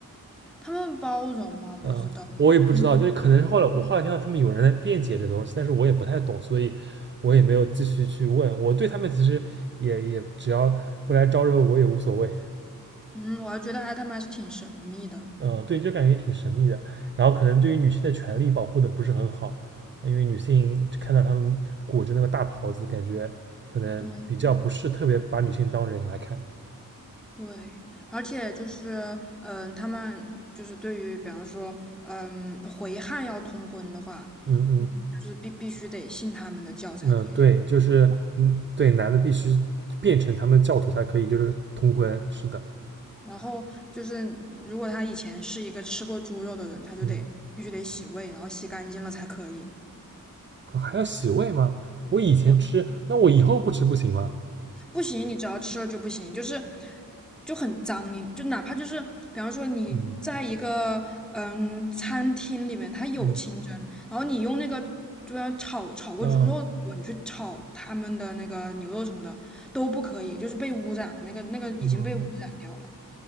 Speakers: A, in the centre; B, on the right (about 30°).
A: 他们包容吗？不知道，
B: 嗯，我也不知道，
A: 因
B: 就是可能是后来我后来听到他们有人在辩解这东西，但是我也不太懂，所以我也没有继续去问。我对他们其实也也只要不来招惹我也无所谓。
A: 嗯，我还觉得还他们还是挺神秘的。
B: 呃，对，就感觉挺神秘的。然后可能对于女性的权利保护的不是很好，呃因为女性看到他们裹着那个大袍子，感觉可能比较不是特别把女性当人来看。
A: 对对，而且就是嗯，他们就是对于比方说嗯回汉要通婚的话，
B: 嗯嗯
A: 嗯，就是必必须得信他们的教才可以，
B: 嗯、呃对，就是嗯，对，男的必须变成他们教徒才可以，就是通婚。是的，
A: 然后就是，如果他以前是一个吃过猪肉的人，他就得必须得洗胃，
B: 嗯，
A: 然后洗干净了才可以。
B: 哦还要洗胃吗？我以前吃，
A: 对，
B: 那我以后不吃不行吗？
A: 不行，你只要吃了就不行，就是就很脏。你就哪怕就是，比方说你在一个嗯餐厅里面，
B: 嗯
A: 它有清蒸，
B: 嗯
A: 然后你用那个就要炒炒过猪肉的锅，
B: 哦
A: 你去炒他们的那个牛肉什么的都不可以，就是被污染了，那个那个已经被污染掉了。
B: 嗯。